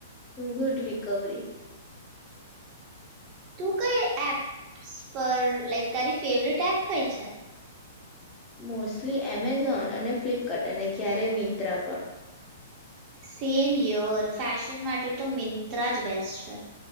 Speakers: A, on the left; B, on the right.
A: Good recovery.
B: તું કઈ એપ્સ પર લાઈક તારી ફેવરેટ એપ કઈ છે?
A: મોસ્ટલી એમેઝોન અને ફ્લિપકાર્ટ અને ક્યારેય મિંત્રા પણ.
B: સેમ યોર ફેશન માટે તો મિંત્રા જ બેસ્ટ છે